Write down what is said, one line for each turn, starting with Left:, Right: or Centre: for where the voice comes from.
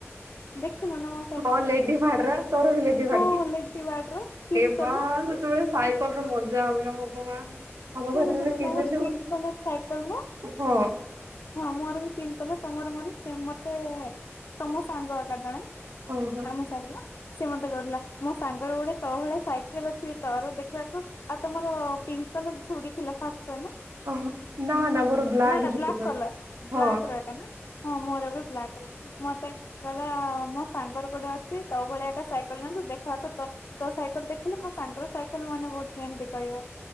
Left: ଦେଖିନ ନା ମନ
Right: ହଁ ଲେଡି ଭାଡରା ତୋର ବି ଲେଡି ଭାଡି
Left: ହଁ
Right: କି
Left: ଲେଡି ବାର୍ଡ ର ପିଙ୍କ
Right: ଏ
Left: କଲର
Right: ମା ସେତେବେଳେ ସାଇକେଲର ମଜା ଅଲଗା ଭଗବାନ। ଆମ
Left: ଶୁଣ
Right: ଘରେ ଯେବେ
Left: ଶୁଣ
Right: କିଣି
Left: ତମର
Right: ନଥିବୁ
Left: ପିଙ୍କ କଲର ସାଇକଲ ନା?
Right: ହଁ
Left: ହଁ ମୋର ବି ପିଙ୍କ୍ କଲର ତମର ମୋର ସେମ ମତେ ତମ ସାଙ୍ଗଟା ଜଣେ
Right: ଓହୋ।
Left: ଆମ ସାହିର ସିଏ ମତେ କହୁଥିଲା ମୋ ସାଙ୍ଗର ଗୋଟେ ତୋ ଭଳିଆ ସାଇକେଲେ ଅଛିି ତୋର ଦେଖିବାକୁ ଆଉ ତମର ପିଙ୍କ କଲର ଚୁଡି ଥିଲା ଫାଷ୍ଟରେ ନା।
Right: ହଁ ନା ନା ମୋର
Left: ନା-ନା
Right: ଜୁପିଟର
Left: ବ୍ଲାକ୍ କଲର
Right: ହଁ
Left: ବ୍ଲାକ୍ ଏଟା ନା ହଁ ମୋର ବି ବ୍ଲାକ୍ ର, ମତେ କହିଲା ମୋ ସାଙ୍ଗର ଗୋଟେ ଅଛି ତୋ ଭଳିଆ ତା ସାଇକେଲ ଜାଣିଛୁ ଦେଖିବାକୁ ତ ତୋ ସାଇକେଲ ଦେଖିଲେ ମୋ ସାଙ୍ଗର ସାଇକେଲ ମନେ ପଡ଼ୁଛି ଏମିତି କହିବ,